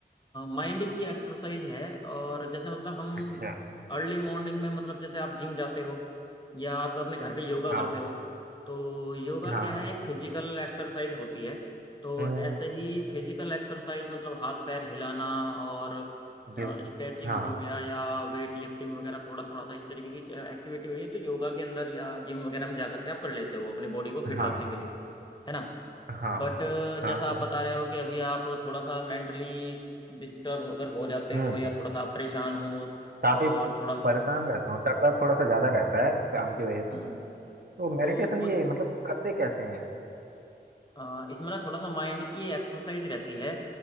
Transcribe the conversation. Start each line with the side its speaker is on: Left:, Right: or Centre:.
Left: माइंड की एक्सरसाइज है और जैसे मतलब हम
Right: अच्छा
Left: अर्ली मॉर्निंग में मतलब जैसे आप जिम जाते हो या आप अपने घर पे योगा
Right: हाँ
Left: करते हो तो योगा
Right: हाँ
Left: क्या
Right: हाँ
Left: है एक फिजिकल एक्सरसाइज होती है तो
Right: हम्म हम्म,
Left: ऐसे ही फिजिकल एक्सरसाइज मतलब हाथ पैर हिलाना और
Right: बिल
Left: स्ट्रेचिंग
Right: हाँ
Left: हो गया या वेट लिफ्टिंग वगैरह थोड़ा थोड़ा सा इस तरीके की एक्टिविटी हुई है तो योगा के अंदर या जिम वगैरह में जा करके आप कर लेते हो अपनी बॉडी को फिट
Right: हाँ
Left: रखने के लिए है ना
Right: हाँ
Left: बट
Right: हाँ
Left: जैसा
Right: हाँ
Left: आप बता रहे हो कि अभी आप थोड़ा सा मेंटली डिस्टर्ब अगर हो जाते
Right: हम्म
Left: हो या थोड़ा सा आप परेशान हो
Right: काफी
Left: और थोड़ा
Right: परेशान रहता हूँ सर दर्द थोड़ा सा ज्यादा रहता है काम की वजह से
Left: हम्म
Right: तो मेडिटेशन
Left: तो वो
Right: ये मतलब करते कैसे हैं
Left: अ, इसमें ना थोड़ा सा माइंड की एक्सरसाइज रहती है